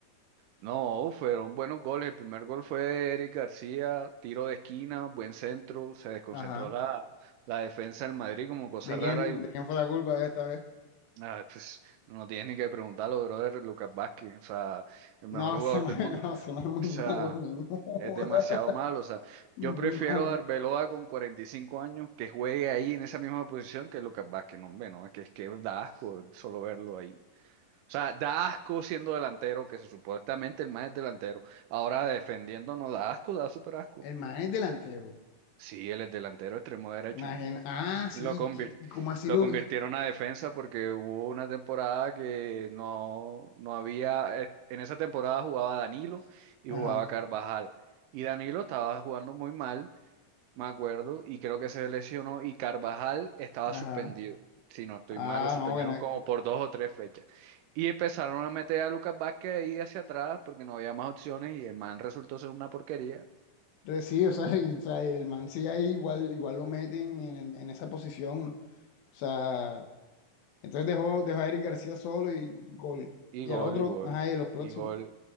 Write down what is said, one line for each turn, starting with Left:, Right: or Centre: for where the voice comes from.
Right: No, fueron buenos goles. El primer gol fue de Eric García, tiro de esquina, buen centro, se desconcentró
Left: Ajá.
Right: la, la defensa del Madrid como cosa
Left: ¿De quién,
Right: rara y
Left: de quién fue la culpa esta vez?
Right: ah, pues, no tienes ni que preguntarlo, brother, Lucas Vázquez, o sea, el mejor
Left: No,
Right: jugador
Left: se me,
Right: del
Left: <laughs>
Right: mundo.
Left: no, se me es
Right: O
Left: muy
Right: sea,
Left: malo, men. <laughs> No
Right: es
Left: Joda,
Right: demasiado malo, o sea,
Left: Muy
Right: yo prefiero
Left: malo.
Right: a Arbeloa con 45 años que juegue ahí en esa misma posición que Lucas Vázquez, no, hombre, no, es que, es que da asco solo verlo ahí. O sea, da asco siendo delantero, que se supuestamente el más es delantero. Ahora defendiéndonos da asco, da súper asco.
Left: El man es delantero.
Right: Sí, él es delantero extremo derecho.
Left: Imagina. Ah, sí,
Right: Y Lo convir-
Left: y- como así
Right: lo
Left: lo.
Right: convirtieron
Left: y-
Right: a defensa porque hubo una temporada que no, no había. eh, En esa temporada jugaba Danilo y
Left: Ajá,
Right: jugaba Carvajal. Y Danilo estaba jugando muy mal me acuerdo, y creo que se lesionó y Carvajal estaba
Left: ajá.
Right: suspendido. Si no estoy
Left: Ah,
Right: mal, lo suspendieron
Left: no, bueno.
Right: como por dos o tres fechas. Y empezaron a meter a Lucas Vázquez ahí hacia atrás porque no había más opciones y el man resultó ser una porquería.
Left: eh, Sí, o sea, <laughs> y- o sea, el man sí ahí igual, igual lo meten en, el- en esa posición. O sea, entonces dejó, dejó a Eric García solo y gol.
Right: Y
Left: Y
Right: gol,
Left: al otro,
Right: y gol,
Left: ajá, y los próximos.
Right: y gol.